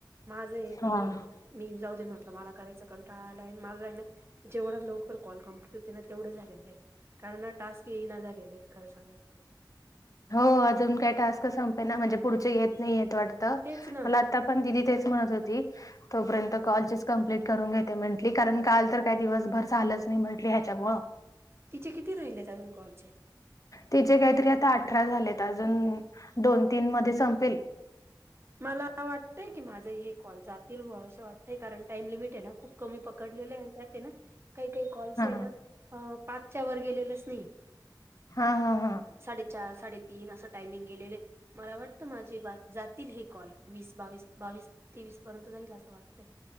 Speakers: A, on the right (about 30°); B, on the left (about 45°).
A: माझं
B: हा
A: हे मी जाऊ दे म्हटलं मला करायचं कंटाळालाय आला मला हे ना - जेवढा लोकर कॉल कम्प्यूट होते ना तेवढं झालेलं हे. कारण टास्क ये ना झालेले खरं सांगयच तर.
B: हो अजून काय टास्क संपेना ना म्हणजे पुढचे येत नाही येत वाटत
A: तेच ना
B: मला आता - पण दिदी तेचं म्हणत होती. तोपर्यंत कॉलचीच कम्प्लीट करून घेते म्हंटली कारण काल तर काही दिवसभर झालंच नाही म्हंटली ह्याच्यामुळं.
A: तिचे किती राहिले अजून कॉल चे?
B: तिचे काहीतरी आता अठरा झालेत अजून दोन तीन मध्ये संपेल.
A: मला वाटतंय की माझा हे कॉल जातील बुवा असं वाटतय कारण टाईम लिमिट आहे ना. खूप कमी पकडलेले आणि त्यात ये ना काही काही कॉल्स
B: हा
A: आहे ना पाचच्या वर गेलेलंच नाही.
B: हा हा हा.
A: साडे चार, साडेतीन असं टायमिंग गेलेलंये मला वाटतं माझी बा जा तील हे कॉल वीस, बावीस, बावीस, तेवीस पर्यंत जाईल असं वाटतय